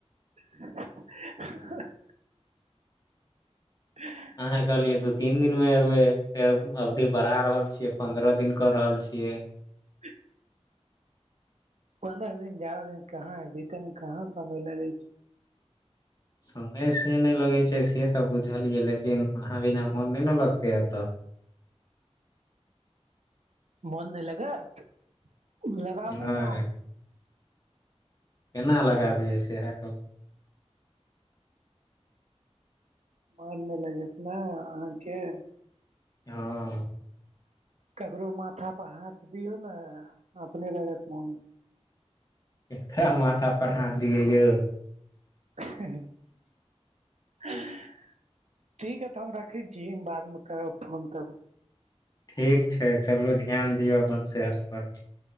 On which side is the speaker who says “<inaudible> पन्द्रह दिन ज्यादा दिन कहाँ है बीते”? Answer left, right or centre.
Right